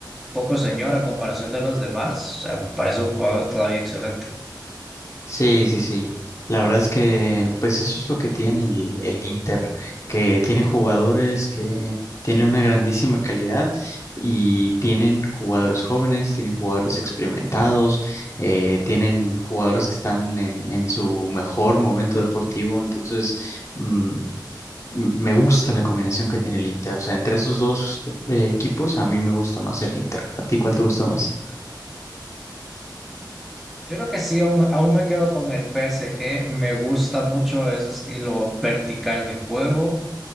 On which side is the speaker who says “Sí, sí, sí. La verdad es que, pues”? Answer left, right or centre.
Left